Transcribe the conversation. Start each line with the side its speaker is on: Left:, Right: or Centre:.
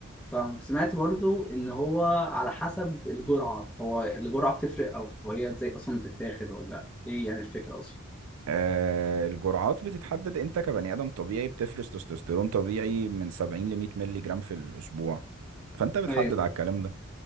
Centre: فاهمك سمعت برضو إن هو على حسب الجرعة هو الجرعة بتفرق أو هي إزاي أصلا بتتاخد ولا إيه يعني الفكرة أصلا
Right: آه، الجرعات بتتحدد انت كبني ادم طبيعي بتفرز تستوستيرون طبيعي من 70 ل 100 مللي جرام في الاسبوع فانت بتحدد
Centre: أيوه
Right: على الكلام ده